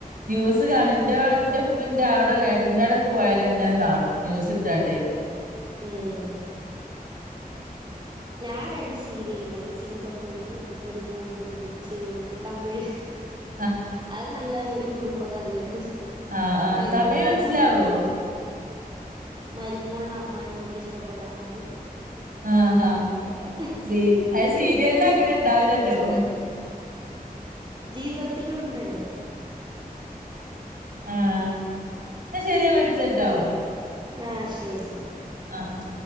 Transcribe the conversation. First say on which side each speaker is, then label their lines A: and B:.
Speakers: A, on the right; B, on the right.
A: ന്യൂസ് കാണന്റെന്റെ അപ്പന്റെ അവിടെ ഏട്ടത്തിൻന്റെടയൊെ പോയാല ഇങ്ങനെ കാണും ന്യൂസ്
B: ഉം
A: ഇട്ടാട്ടെ
B: ഞാൻ രണ്ട് സീരിയല് കാണ സിംഗപ്പുണ്ു ഒരു മൂന്ന മുടിച്ചവണ്ടി് തമിഴ്
A: ഉ
B: അത് നല്ല ഒരു കുടുംബ കഥയാണ്
A: ആ ആ
B: മരുമോൾ
A: തമിഴ് മനസ്സിലാവോ
B: ആ മരുമോൾ മരുമൂളില അമ്മായിമ്മക്ക് ഇഷ്ടപ്പെടാണ്ടും
A: ആഹഹ
B: അങ്ങനെയൊക്കെ
A: സ അത് സീരിയല് അങ്ങനെ ഉണ്ടാവലല്ലോ
B: ജീവിതത്തിലും ഉണ്ടല്ലോ
A: ആഹ എന്ന ശെരിയാ വിളിച്ചട്ടോ
B: ആഹ ശരിെന്നാ
A: ആഹ ആഹ